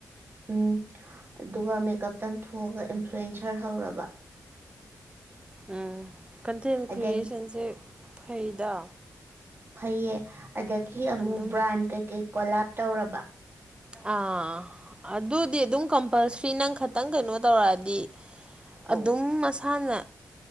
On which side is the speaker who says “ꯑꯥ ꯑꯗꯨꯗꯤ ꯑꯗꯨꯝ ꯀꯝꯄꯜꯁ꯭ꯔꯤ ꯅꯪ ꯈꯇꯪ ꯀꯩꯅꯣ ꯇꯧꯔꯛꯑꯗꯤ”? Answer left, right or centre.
Right